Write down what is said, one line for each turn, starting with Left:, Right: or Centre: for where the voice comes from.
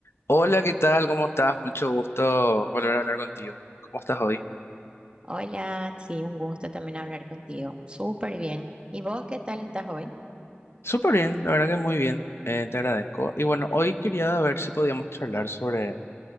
Left: Hola, ¿qué tal? ¿Cómo estás? Mucho gusto volver a hablar contigo. ¿Cómo estás hoy?
Right: Hola, sí, un gusto también hablar contigo. Súper bien. ¿Y vos qué tal estás hoy?
Left: Súper bien, la verdad que muy bien. eh, te agradezco. Y bueno, hoy quería ver si podíamos charlar sobre de